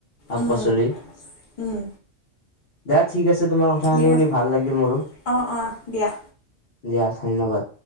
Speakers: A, on the left; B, on the left.
A: শাক
B: উম,
A: পাচলি।
B: উম,
A: দিয়া ঠিক আছে, তোমাৰ কথা
B: ঠিক
A: খিনি শুনি
B: আছে।
A: ভাল লাগিল মোৰো।
B: অ', অ', দিয়া।
A: দিয়া ধন্যবাদ।